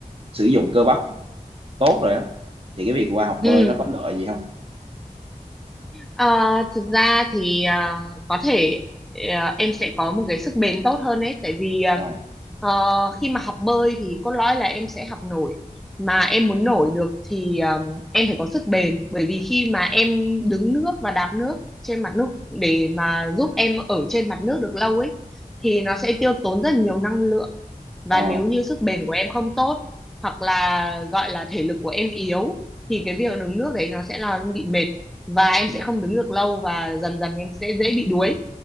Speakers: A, on the right; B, in the centre.
A: sử dụng cơ bắp tốt rồi á thì cái việc qua học bơi
B: Ừ.
A: nó có lợi gì không
B: Ờ, thực ra thì ờ, có thể ờ, em sẽ có một cái sức bền tốt hơn đấy tại vì ờ,
A: rồi
B: Ờ, khi mà học bơi thì cốt lõi là em sẽ học nổi mà em muốn nổi được thì um, em phải có sức bền bởi vì khi mà em đứng nước và đạp nước trên mặt nước để mà giúp em ở trên mặt nước được lâu ấy thì nó sẽ tiêu tốn rất nhiều năng lượng và
A: ờ.
B: nếu như sức bền của em không tốt hoặc là gọi là thể lực của em yếu thì cái việc đứng nước đấy nó sẽ là bị mệt và em
A: ừ.
B: sẽ không đứng được lâu và dần dần em sẽ dễ bị đuối